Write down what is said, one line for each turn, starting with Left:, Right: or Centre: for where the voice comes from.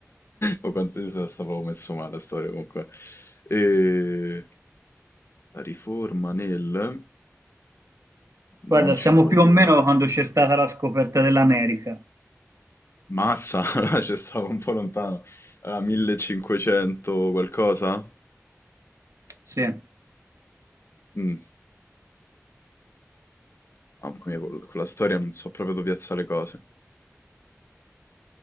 Left: O quanto io sono- stavo messo male la storia comunque. E... La riforma nel... Non
Right: guarda,
Left: ce
Right: siamo
Left: l'ho
Right: più
Left: idea.
Right: o meno quando c'è stata la scoperta dell'America.
Left: Mazza, <laughs> allora ci stavo un po' lontano. Allora, 1500 qualcosa?
Right: Sì.
Left: Mm, mamma mia, col- con, la storia non so proprio dove piazzare le cose.